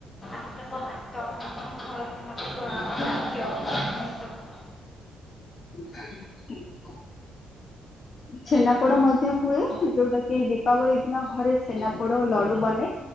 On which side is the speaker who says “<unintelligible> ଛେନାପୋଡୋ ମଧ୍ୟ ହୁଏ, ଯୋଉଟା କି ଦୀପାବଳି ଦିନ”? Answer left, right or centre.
Left